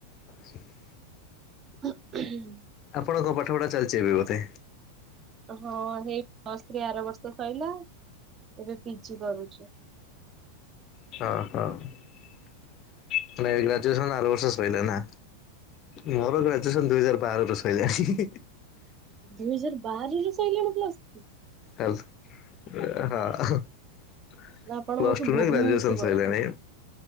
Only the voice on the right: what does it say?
ହ ହ <inaudible>
ହଁ ହେଇ ପ୍ଲସ ଥ୍ରୀ ଆର ବର୍ଷ ସଇଲା। ଏବେ ପିଜି କରୁଚି।
ଦୁଇ ହଜାର ବାରରେ ସଇଲାଣି ପ୍ଲସ ଥ୍ରୀ
ନା ଆପଣ
ମୋଠୁ
ବହୁତ
ବଡ।